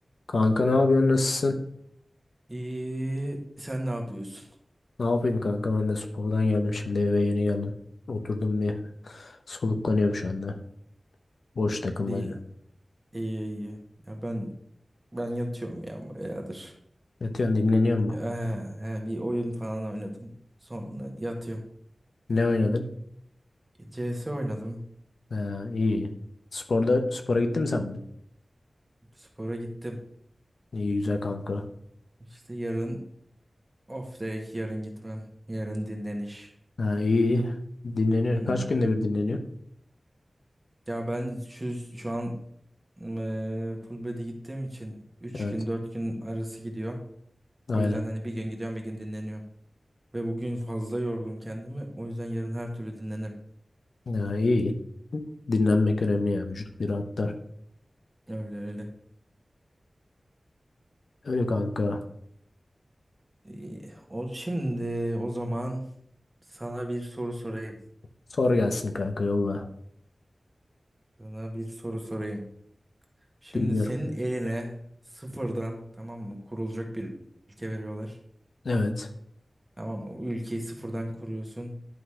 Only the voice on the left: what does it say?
Kanka ne yapıyorsun? Nasılsın?
Ne yapayım kanka? Ben de spordan geldim şimdi eve yeni geldim. Oturdum bir soluklanıyorum şu anda. Boş takılmaca.
Yatıyorsun dinleniyor mu?
Ne oynadın?
Ha, iyi. Sporda spora gittin mi sen bugün?
İyi güzel kanka.
Ha, iyi. Dinleniyor.
Kaç günde bir dinleniyor?
Evet.
Aynen.
Ha, iyi. Dinlenmek önemli ya. Vücut bir rahatlar.
Öyle kanka.
Sor gelsin kanka yolla.
Dinliyorum.
Evet.